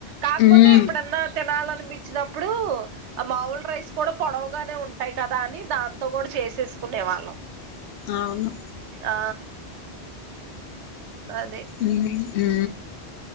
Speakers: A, on the right; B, on the left.
A: కాకపోతే
B: ఉమ్
A: ఎప్పుడన్నా తినాలని పిచ్చినప్పుడు మావులు రైస్ కూడా పొడవగానే ఉంటాయి కదా అని దాన్ తో కూడా చేసేసుకునే వాళ్ళం
B: అవున
A: ఆ అదే
B: మ్ హు